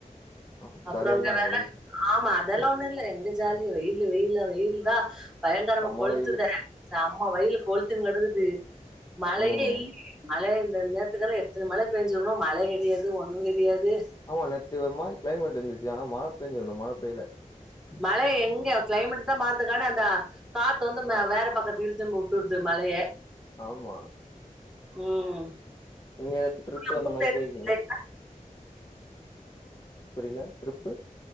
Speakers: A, on the left; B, in the centre.
A: ஆ
B: அப்றோ
A: ஜாலியா
B: அங்க
A: இருந்தாங்க
B: வேற
A: போல
B: ஆமா அதெல்லா ஒண்ணு இல்ல எங்க ஜாலி வெயிலு வெயிலு அது வெயில்தா பயங்கரமா
A: செம
B: கொளுத்துதே
A: வெயிலு
B: செம்மா வெயில் கொளுத்தினு கெடக்குது மழையே
A: ம்
B: இல்லியே மழை இந்த நேத்து தான எடுத் இத்துன மழ பேஞ்சிருக்கனு மழ கெடையாது ஒண்ணு கெடையாது
A: ஆமா நேத்து ஒரு மாரி க்ளைமேட் இருந்துச்சு ஆனா மழ பேஞ்சிருக்கணு மழ பேயல
B: மழ எங்க க்ளைமேட் தா மாறுதுக்கான அந்த காத்து வந்து மே
A: ஆ
B: வேற பக்கத்து இழு த்து வுட்டுருது மழைய
A: ஆமா
B: ம்
A: நீங்க எதாச்சு ட்ரிப்பு
B: உங்க
A: அந்த
B: ஊர்
A: மாறி போயிருக்கீங்களா
B: சைடு
A: புரியல ட்ரிப்பு